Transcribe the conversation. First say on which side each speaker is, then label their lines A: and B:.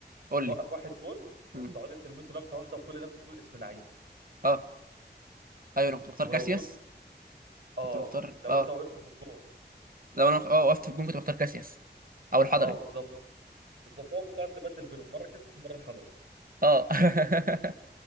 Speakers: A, on the right (about 55°); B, on the right (about 75°).
A: قول
B: توقف
A: لي
B: واحد جون وتقعد
A: مم.
B: تلمسه لمسه واحده وكل لمسه تقول اسم لعيب
A: اه ايوه انا كنت بختار
B: ولو
A: كاسياس
B: شوط اه
A: كنت بختار
B: لو
A: اه
B: انت وقفت في الجون
A: لو انا اه وقفت في الجون كنت بختار كاسياس او الحضري
B: اه بالظبط بالظبط هو بتقعد تبدل بينهم مره كسس ومره الحضري
A: اه <laughs>